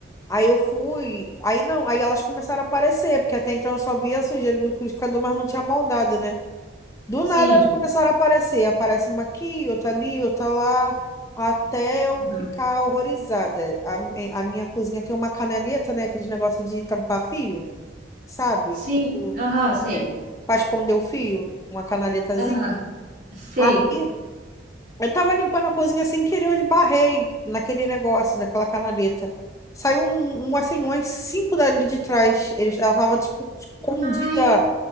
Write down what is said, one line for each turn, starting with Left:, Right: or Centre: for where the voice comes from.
Left: aí eu fui, aí não, aí elas começaram a aparecer, porque até então eu só via a sujeira do liquidificador, mas não tinha maldade, né? Do
Right: Sim.
Left: nada elas começaram a aparecer. Aparece uma aqui, outra ali, outra lá, até eu
Right: Aham.
Left: ficar horrorizada. A, mi- a minha cozinha tem uma canaleta, né? Aquele negócio de tampar fio, sabe?
Right: Sim.
Left: Tipo,
Right: Aham, sei.
Left: é, pra esconder o fio, uma canaletazinha.
Right: Aham, sei.
Left: Aí eu tava limpando a cozinha sem querer, eu esbarrei naquele negócio daquela canaleta. Saiu um, um assim, umas cinco dali de trás. Eles, ela tava, tipo, escondida.
Right: Ai,